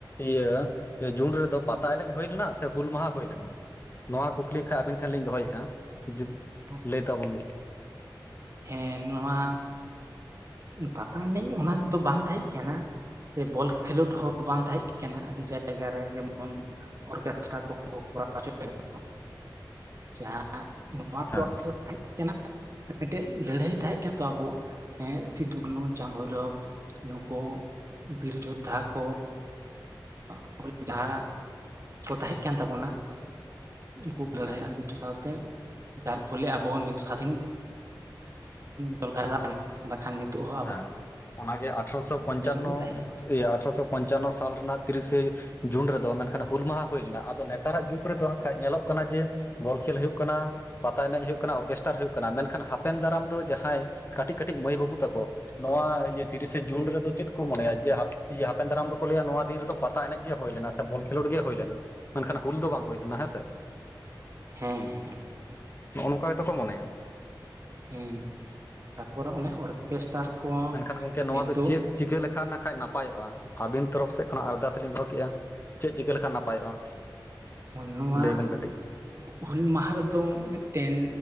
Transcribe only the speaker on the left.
ᱤᱭᱟᱹ ᱡᱩᱱ ᱨᱮᱫᱚ ᱯᱟᱛᱟ ᱮᱱᱮᱡ ᱦᱩᱭ ᱞᱮᱱᱟ ᱥᱮ ᱦᱩᱞ ᱢᱟᱦᱟ ᱦᱩᱭ ᱞᱮᱱᱟ ᱱᱚᱣᱟ ᱠᱩ ᱠᱞᱤ ᱠᱷᱟᱜ ᱟᱵᱤᱱ ᱴᱷᱮᱱ ᱞᱤᱧ ᱫᱚᱦᱚᱭᱮᱜ-ᱟ ᱡᱩᱫ
ᱞᱟᱹᱭ ᱛᱟᱵᱚᱱ ᱵᱤᱱ ᱾
ᱦᱮᱸ
ᱦᱮᱸ
ᱦᱮᱸ ᱚᱱᱟᱜᱮ ᱟᱴᱷᱨᱚᱥᱚ ᱯᱚᱧᱪᱟᱱᱚ
ᱟᱴᱷᱨᱚᱥᱚ ᱯᱚᱧᱪᱟᱱᱚ ᱥᱟᱞ ᱨᱮᱱᱟᱜ ᱛᱤᱨᱤᱥᱮᱼᱼ ᱡᱩᱱ ᱨᱮᱫᱚ ᱢᱮᱱᱠᱷᱟᱱ ᱦᱩᱞ ᱢᱟᱦᱟ ᱦᱩᱭ ᱞᱮᱱᱟ ᱟᱫᱚ ᱱᱮᱛᱟᱨ ᱟᱜ ᱡᱩᱜᱽ ᱨᱮᱫᱚ ᱦᱟᱡᱠᱷᱟᱱ ᱧᱮᱞᱚᱜ ᱠᱟᱱᱟ ᱡᱮ ᱵᱚᱞ ᱠᱷᱮᱞ ᱦᱩᱭᱩᱜ ᱠᱟᱱᱟ᱾ ᱯᱟᱛᱟ ᱮᱱᱮᱡ ᱦᱩᱭᱩᱜ ᱠᱟᱱᱟ ᱚᱨᱜᱮᱥᱴᱟᱨ ᱦᱩᱭᱩᱜ ᱠᱟᱱᱟ ᱢᱮᱱᱠᱷᱟᱱ ᱦᱟᱯᱮᱱ ᱫᱟᱨᱟᱢ ᱫᱚ ᱡᱟᱦᱟᱸᱭ ᱠᱟᱹᱴᱤᱡ ᱠᱟᱹᱴᱤᱡ ᱢᱟᱹᱭ ᱵᱟᱹᱵᱩ ᱛᱟᱠᱚᱼᱼ ᱱᱚᱣᱟ ᱤᱭᱟᱹ ᱛᱤᱨᱤᱥᱮ ᱡᱩᱱ ᱨᱮᱫᱚ ᱪᱮᱫ ᱠᱚ ᱢᱚᱱᱮ ᱭᱟ ᱡᱮ ᱦᱟᱯᱮᱱ ᱫᱟᱨᱟᱢ ᱫᱚᱠᱚ ᱞᱟᱹᱭᱟ ᱱᱚᱣᱟ ᱫᱤᱱ ᱨᱮᱫᱚᱼᱼ ᱯᱟᱛᱟ ᱮᱱᱮᱡ ᱜᱮ ᱦᱩᱭ ᱞᱮᱱᱟ ᱥᱮ ᱵᱚᱞ ᱠᱷᱮᱞᱳᱰ ᱜᱮ ᱦᱩᱭ ᱞᱮᱱᱟ ᱢᱮᱱᱠᱷᱟᱱ ᱦᱩᱞ ᱫᱚ ᱵᱟᱝ ᱦᱩᱭ ᱞᱮᱱᱟ ᱦᱮᱸ ᱥᱮ᱾
ᱱᱚᱝᱚᱭ ᱱᱚᱝᱠᱟ ᱜᱮᱛᱚ ᱠᱚ ᱢᱚᱱᱮᱭᱟ᱾
ᱢᱮᱱᱠᱷᱟᱱ ᱜᱚᱢᱠᱮ ᱱᱚᱣᱟ
ᱫᱚ ᱪᱮᱫ ᱪᱤᱠᱟᱹ ᱞᱮᱠᱷᱟᱱ ᱱᱟᱠᱷᱟᱡ ᱱᱟᱯᱟᱭᱚᱜᱼᱟ ᱟᱹᱵᱤᱱ ᱛᱚᱨᱚᱵ ᱥᱮᱫ ᱠᱷᱚᱱᱟᱜ ᱟᱨᱫᱟᱥ ᱞᱤᱧ ᱫᱚᱦᱚ ᱠᱮᱫᱮᱜᱼᱟ᱾ ᱪᱮᱫ ᱪᱤᱠᱟᱹ ᱞᱮᱠᱷᱟᱱ ᱱᱟᱯᱟᱭᱚᱜᱼᱟ?
ᱞᱟᱹᱭ ᱵᱤᱱ ᱠᱟᱹᱴᱤᱡ